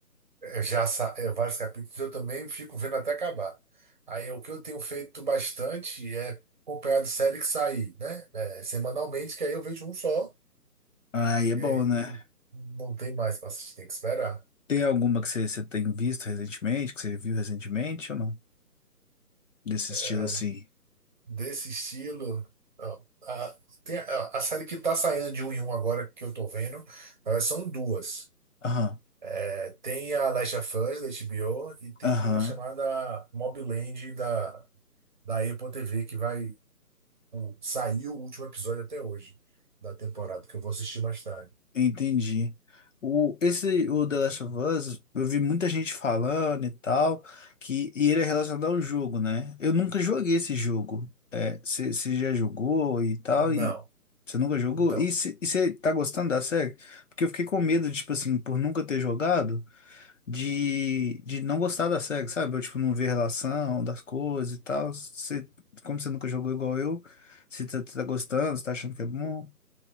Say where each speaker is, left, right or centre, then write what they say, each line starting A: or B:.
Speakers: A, on the right; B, on the left.
A: Eu já sa- é, vários capítulos, eu também fico vendo até acabar. Aí o que eu tenho feito bastante é acompanhar de série que sair, né? É, semanalmente, que aí eu vejo um só,
B: Aí é
A: e
B: bom,
A: aí
B: né?
A: não não tem mais para assistir, tem que esperar.
B: Tem alguma que você, você tem visto recentemente, que você viu recentemente ou não? Desse
A: É,
B: estilo assim.
A: desse estilo. ó, a, tem a, a série que tá saindo de um em um agora que eu tô vendo, na verdade, são duas.
B: Aham,
A: É, tem a Last of Us da HBO e tem
B: aham.
A: uma chamada Mob Land da, da Apple TV que vai. Saiu o último episódio até hoje da temporada, que eu vou assistir mais tarde.
B: Entendi. O, esse, o The Last of Us, eu vi muita gente falando e tal, que e ele é relacionado ao jogo, né? Eu nunca joguei esse jogo. É, Você já jogou e tal,
A: Não.
B: e você nunca jogou?
A: Então,
B: E você tá gostando da série? Porque eu fiquei com medo, tipo assim, por nunca ter jogado, de, de não gostar da série, sabe? Eu, tipo, não ver relação das coisas e tal. Cê, como você nunca jogou igual eu, você tá, tá gostando, você tá achando que é bom?